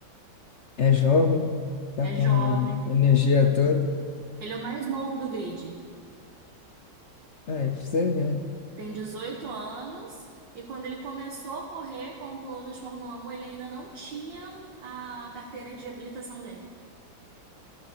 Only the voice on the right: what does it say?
É
jovem.
Ele é o mais novo do grid.
Tem 18 anos. E quando ele começou a correr como piloto de Fórmula 1, ele ainda não tinha a carteira de habilitação dele.